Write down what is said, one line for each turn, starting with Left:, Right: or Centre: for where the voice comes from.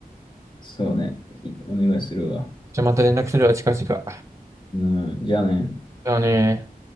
Left: そうね、いお願いするわ。
Right: じゃあまた連絡するわ、近々。
Left: うん、じゃあね。
Right: じゃあね